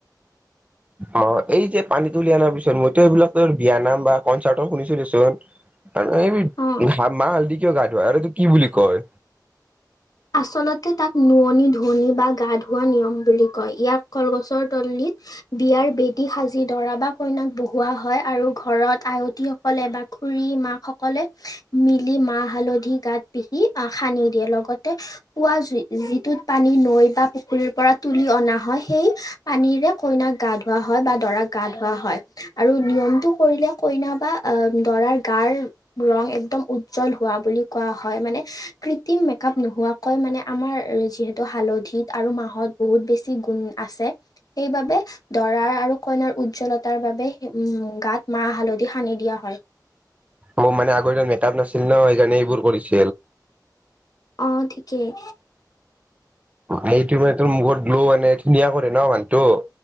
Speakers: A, on the right (about 20°); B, on the left (about 55°).
A: অ এই যে পানীত তুলি অনাৰ পিছত মইতো এইবিলাক বিয়া নাম বা কনচাৰ্ট শুনিছো দেচোন। এই
B: অ
A: মাহ হালধি কিয় গা ধুৱাই! আৰু এইটো কি বুলি কয়?
B: আচলতে তাক নুৱনি-ধুৱনি বা গা ধোঁৱা নিয়ম বুলি কয়! ইয়াক কলগছৰ তলিত বিয়াৰ বেদী সাজি দৰা বা কইনাক বহুওৱা হয়, আৰু ঘৰত আয়তীসকলে বা খুৰী মাক সকলে মিলি মা'হ হালধি গাত পিহি আহ সানি দিয়ে, লগতে পুৱা যিটোত পানী নৈ বা পুখুৰীৰ পৰা তুলি অনা হয় সেই পানীৰে কইনাক গা ধোৱা হয় বা দৰাক গা ধোৱা হয়, আৰু নিয়মটো কৰিলে কইনা বা অ' দৰাৰ গাৰ ৰং একদম উজ্জ্বল হোৱা বুলি কোৱা হয়। মানে মেকআপ নোহোৱাকৈ মানে আমাৰ যিহেতু হালধিত আৰু মা'হত বহুত বেছি গুণ আছে। সেইবাবে দৰাৰ আৰু কইনাৰ উজ্জ্বলতাৰ বাবে উম গাত মাহ হালধি সানি দিয়া হয়।
A: অ' মানে আগৰ দিনত মেকআপ নাছিল ন সেইকাৰণে এইবোৰ কৰিছিল।
B: অ' ঠিকেই।
A: সেইটো মানে তোৰ মুখত গ্লো আনে ধুনীয়া কৰে ন মানুহটো।